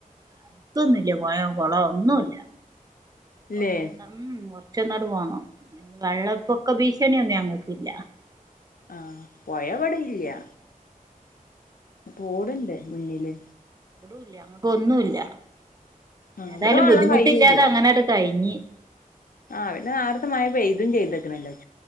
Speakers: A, on the right; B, on the left.
A: അടുത്തൊന്നുല്ല പൊഴേ കൊളോം ഒന്നുല്ല
B: ഇല്ലേ
A: കൊറച്ച ഉ കൊറച്ചെന്നോട് പോണം വെള്ളപ്പൊക്കെ ഭീഷണിയന്ന ഞങ്ങ ില്ല
B: ആ പോയവിടെല്ല്യ തോട്ണ്ട് മുന്നില്
A: ല്ല അങ്ങക്ക് ഒന്നുല്ല
B: ആ
A: ഏതായാലും
B: ഇവിടെ വെള്ളം
A: ബുദ്ധിമുട്ടില്ലാതെ
B: കഴിയൂല്ലട്ടോ
A: അങ്ങനട് കഴിഞ്ഞ്
B: <unintelligible>